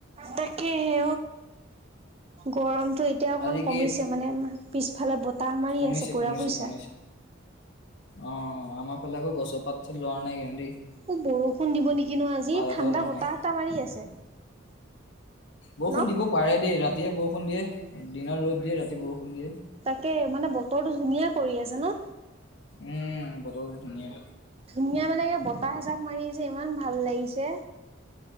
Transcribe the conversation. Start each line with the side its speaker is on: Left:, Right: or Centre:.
Right: তাকেহে, গৰম টো এতিয়া অকণমান
Left: আজি
Right: কমিছে,
Left: কি
Right: মানে পিছফালে বতাহ মাৰি
Left: কমিছে
Right: আছে পুৰা
Left: কমিছে
Right: বুজছা।
Left: কমিছে। অ' আমাৰ ফালে আকৌ গছৰ পাত লৰা নাই কিন্তু দেই।
Right: অ' বৰষুণ দিব নেকি ন আজি।
Left: পাত এটাও
Right: ঠাণ্ডা
Left: লৰা
Right: বতাহ
Left: নাই।
Right: এটা মাৰি আছে।
Left: বৰষুণ
Right: ন?
Left: দিব পাৰে দেই, ৰাতিয়ে বৰষুণ দিয়ে দিনত ৰ'দ দিয়ে ৰাতি বৰষুণ দিয়ে।
Right: তাকে মানে বতৰটো ধুনীয়া কৰি আছে। ন
Left: উম', বতৰটো ধুনীয়া।
Right: ধুনীয়া মানে বতাহ এজাক মাৰি আছে। ইমান ভাল লাগিছে।